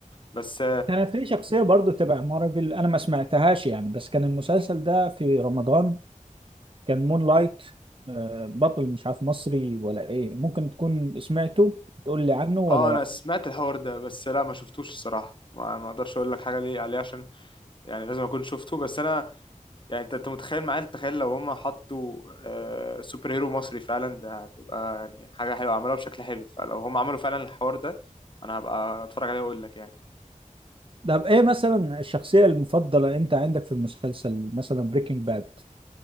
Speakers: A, on the left (about 35°); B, on the right (about 40°).
A: بس
B: كانت في شخصية برضو تبع مارفل أنا ما سمعتهاش يعني بس كان المسلسل ده في رمضان كان مون لايت آه، بطل مش عارف مصري ولا إيه ممكن تكون سمعته تقول لي عنه ولا
A: اه
B: لأ
A: انا سمعت الحوار ده بس لا ما شفتوش الصراحه ما ما اقدرش اقول لك حاجه ليه عليه عشان يعني لازم اكون شفته بس انا يعني انت انت متخيل معايا تخيل لو هم حطوا آه سوبر هيرو مصري فعلا ده هتبقى يعني حاجه حلوه عملوها بشكل حلو فلو هم عملوا فعلا الحوار ده انا هبقى اتفرج عليه واقول لك يعني
B: طب إيه مثلا الشخصية المفضلة أنت عندك في المسلسل مثلا بريكنج باد